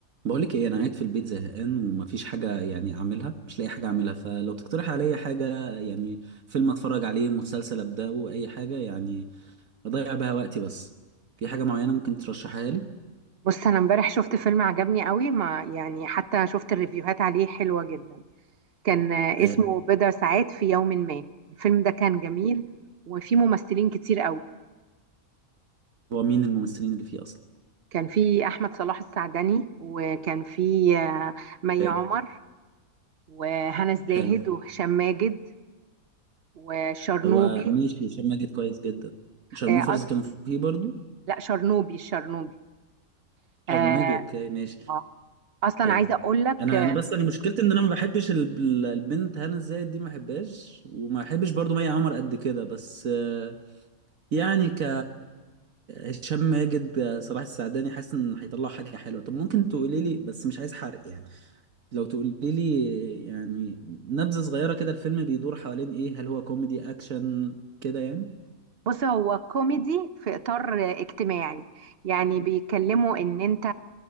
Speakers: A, on the right; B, on the right.
A: بقولك ايه انا قاعد في البيت زهقان ومفيش حاجه يعني اعملها مش لاقي حاجه اعملها فلو تقترح عليا حاجه يعني فيلم اتفرج عليه مسلسل ابداه اي حاجه يعني اضيع بها وقتي بس في حاجه معينه ممكن ترشحها لي
B: بص انا امبارح شفت فيلم عجبني قوي ما يعني حتى شفت الريفيوهات عليه حلوة جدا كان آه،
A: آه،
B: اسمه بضع ساعات في يوم ما الفيلم ده كان جميل وفيه ممثلين كتير قوي
A: هو مين الممثلين اللي فيه اصلا
B: كان فيه احمد صلاح السعدني وكان فيه آه، مي
A: آه،
B: عمر وهنا الزاهد
A: حلو
B: وهشام ماجد وشرنوبي
A: هو ماشي هشام ماجد كويس جدا شارموفرز
B: آه، أص...
A: كانوا فيه برضو
B: لا شرنوبي الشرنوبي آه،
A: شرنوبي اوكي ماشي
B: آه. اصلا
A: اوكي
B: عايزه اقول لك
A: انا انا بس انا مشكلتي ان انا ما بحبش ال- ال- البنت هنا الزاهد دي ما بحبهاش وما بحبش برضو مي عمر قد كده بس آه، يعني ك هشام ماجد صلاح السعداني حاسس ان هيطلعوا حاجه حلوه طب ممكن تقولي لي بس مش عايز حرق يعني لو تقولي لي يعني نبذه صغيره كده الفيلم بيدور حوالين ايه هل هو كوميدي اكشن كده يعني
B: بص هو كوميدي في إطار اجتماعي يعني بيتكلموا إن أنت